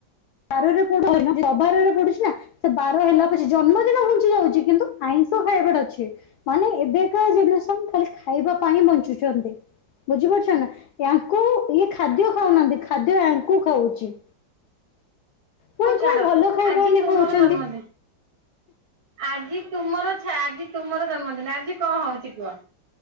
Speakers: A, on the left; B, on the right.
A: ବାରରେ ପଡୁନି ଯଦି ଅବାରରେ ପଡୁଛି ନା ସେ ବାର ହେଲା ପଛେ ଜନ୍ମଦିନ ଘୁଞ୍ଚି ଯାଉଛି କିନ୍ତୁ ଆଇଁଷ ଖାଇବାଟା ଅଛି। ମାନେ ଏବେକା ଜେନେରେସନ ଖାଲି ଖାଇବା ପାଇଁ ବଂଚୁଛନ୍ତି। ବୁଝି ପାରୁଛ ନା ୟାଙ୍କୁ ଇଏ ଖାଦ୍ୟ ଖାଉନାହାନ୍ତି ଖାଦ୍ୟ ୟାଙ୍କୁ ଖାଉଛି। ପୁଣି
B: ହଉ ଛାଡ
A: କୋଉ ଭଲ ଖାଇବା
B: ଆଜି
A: ଏମିତି
B: ତୁମର
A: ଖାଉଛନ୍ତି
B: ଜନ୍ମଦି ଆଜି ତୁମର ଛା ଆଜି ତୁମର ଜନ୍ମଦିନ ଆଜି କଣ ହଉଛି କୁହ?